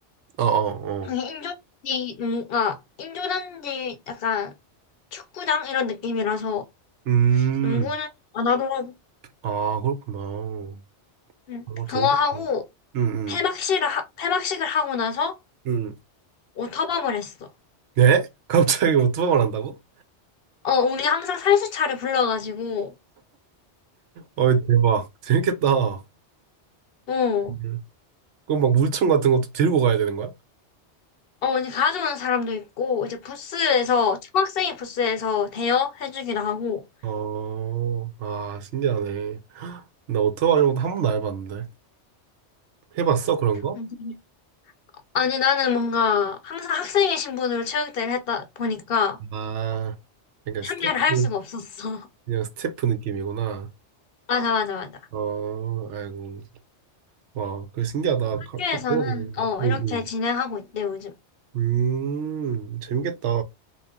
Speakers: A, on the right (about 80°); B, on the left (about 60°).
A: 어어어.
B: 그게 인조잔디, 농, 아, 인조잔디 약간 축구장 이런 느낌이라서
A: 음,
B: 농구는 안 하더라고.
A: 아, 그렇구나. 어,
B: 응. 그거
A: 재밌겠다.
B: 하고
A: 응, 응,
B: 패막식을 하, 패막식을 하고 나서
A: 응.
B: 오터밤을 했어.
A: 네? 갑자기 오토바이를 한다고?
B: 어, 우리 항상 살수차를 불러가지고
A: 어이, 대박. 재밌겠다.
B: 어,
A: 음. 그럼 막 물총 같은 것도 들고 가야 되는 거야?
B: 어, 이제 가져오는 사람도 있고 이제 부스에서 초등학생이 부스에서 대여해주기도 하고.
A: 어, 아, 신기하네. 나 오토바이 이런 것도 한 번도 안 해봤는데. 해봤어, 그런 거?
B: 음. 아니 나는 뭔가 항상 학생의 신분으로 체육대회를 했다 보니까
A: 아, 약간 스태프,
B: 참여를 할 수가 없었어.
A: 그냥 스태프 느낌이구나.
B: <laughs> 맞아 맞아 맞아.
A: 어, 아이고. 와, 그게 신기하다. 그렇게
B: 학교에서는
A: 들어보는구나.
B: 어
A: 응,
B: 이렇게 진행하고
A: 응.
B: 있대 요즘.
A: 음, 음. 음, 재밌겠다.